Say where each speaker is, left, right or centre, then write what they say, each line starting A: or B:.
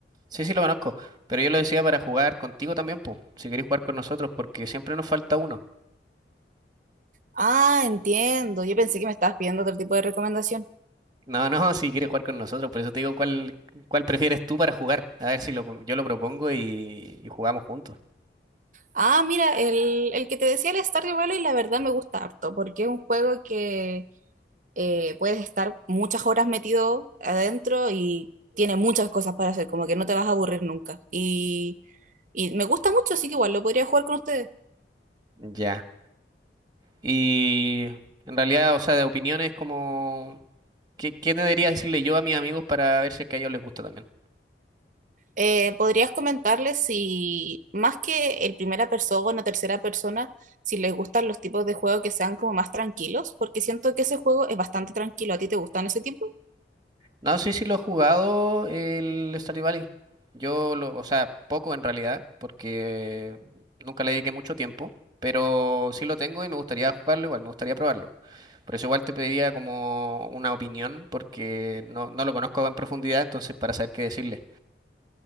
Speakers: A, on the right (about 25°); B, on the right (about 45°).
A: Sí, sí, lo conozco, pero yo lo decía para jugar contigo también, pues, si quieres jugar con nosotros, porque siempre nos falta uno.
B: Ah, entiendo. Yo pensé que me estabas pidiendo otro tipo de recomendación.
A: No, no, <laughs> si quieres jugar con nosotros, por eso te digo cuál, cuál prefieres tú para jugar. A ver si lo, pro- yo lo propongo y, y jugamos juntos.
B: Ah, mira, el, el que te decía el Stardew Valley, la verdad me gusta harto, porque es un juego que eh, puedes estar muchas horas metido adentro y tiene muchas cosas para hacer, como que no te vas a aburrir nunca. Y, y me gusta mucho, así que igual lo podría jugar con ustedes.
A: Ya. Y en realidad, o sea, de opiniones como, ¿qué, qué debería decirle yo a mis amigos para ver si es que a ellos les gusta también?
B: Eh, ¿podrías comentarles si, más que el primera persona o tercera persona, si les gustan los tipos de juego que sean como más tranquilos? Porque siento que ese juego es bastante tranquilo. ¿A ti te gustan ese tipo?
A: No, sí, sí lo he jugado el Stardew Valley. Yo lo, o sea, poco en realidad, porque nunca le dediqué mucho tiempo, pero sí lo tengo y me gustaría jugarlo igual, me gustaría probarlo. Por eso igual te pediría como una opinión, porque no, no lo conozco en profundidad, entonces para saber qué decirle.